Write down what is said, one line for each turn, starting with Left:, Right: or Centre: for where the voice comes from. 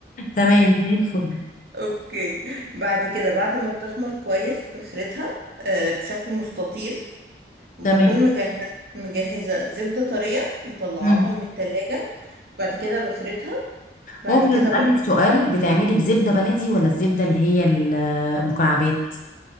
Left: تمام زي الفل
Right: <laughs> اوكي بعد كده بعد ما بتخمر كويس بفردها آه بشكل مستطيل وبكون
Left: تمام
Right: مجهزة مجهزة زبدة طرية مطلعاها
Left: مم.
Right: من التلاجة بعد كده بفردها بعد
Left: ممكن
Right: كده
Left: أسألك
Right: بحط
Left: سؤال بتعملي بزبدة بلدي ولا الزبدة اللي هي المكعبات